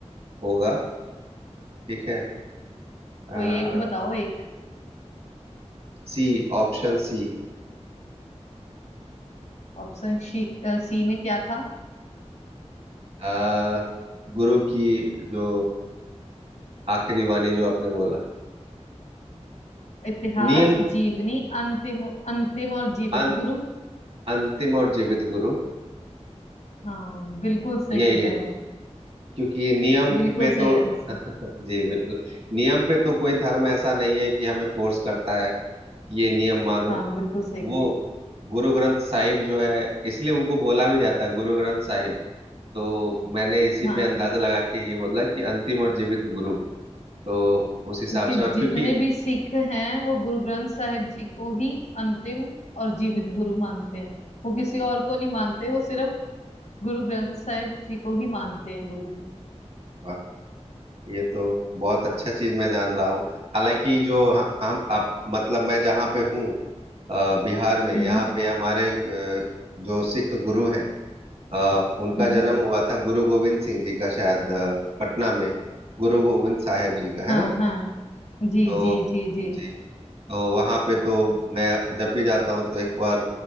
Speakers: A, on the right; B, on the left.
A: होगा ठीक है आ,
B: कोई एक बताओ एक
A: सी ऑप्शन सी
B: Option C अ, सी में क्या था
A: आ, गुरु की जो आखिरी वाणी जो आपने बोला
B: इतिहास
A: नियम
B: जीवनी अंतिम अंतिम और जीवित
A: अं,
B: गुरु
A: अंतिम और जीवित गुरु
B: हाँ बिल्कुल सही
A: यही
B: जवाब
A: है क्योंकि नियम
B: बिल्कुल
A: की पे तो
B: सही आंसर
A: जी बिल्कुल नियम पे तो कोई धर्म ऐसा नहीं है कि हमें फोर्स करता है ये नियम मानो
B: हाँ बिल्कुल सही
A: वो
B: कर
A: गुरु ग्रंथ साहिब जो है इसलिए उनको बोला भी जाता है गुरु ग्रंथ साहिब तो मैंने इसी
B: हाँ
A: पे अंदाजा लगा के ये बोला कि अंतिम और जीवित गुरु तो उस हिसाब
B: क्योंकि
A: से और
B: जितने
A: क्योंकि
B: भी सिख हैं वो गुरु ग्रंथ साहिब जी को ही अंतिम और जीवित गुरु मानते हैं वो किसी और को नहीं मानते वो सिर्फ गुरु ग्रंथ साहिब जी को ही मानते हैं गुरु
A: वाह ये तो बहुत अच्छा चीज मैं जान रहा हूँ हालांकि जो ह- हम आप मतलब मैं जहाँ पे हूँ अ, बिहार में
B: हम्म
A: यहाँ पे हमारे अ, जो सिख गुरु हैं अ, उनका
B: हम्म
A: जन्म हुआ था गुरु गोविंद सिंह जी का शायद अ, पटना में गुरु गोविंद साहेब जी का है
B: हाँ
A: ना
B: हाँ जी
A: तो
B: जी जी जी
A: जी तो वहां पे तो मैं जब भी जाता हूँ तो एक बार